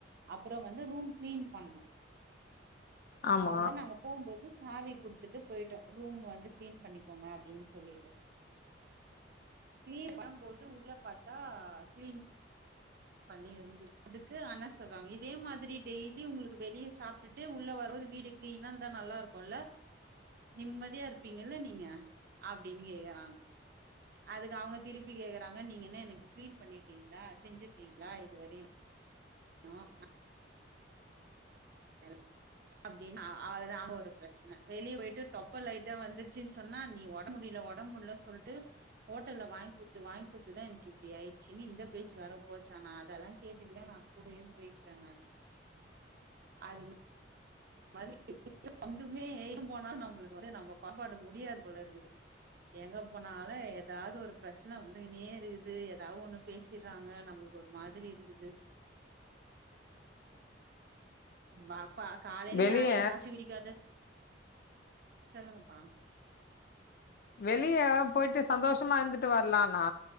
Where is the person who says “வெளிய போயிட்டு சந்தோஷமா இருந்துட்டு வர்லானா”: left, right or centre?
Left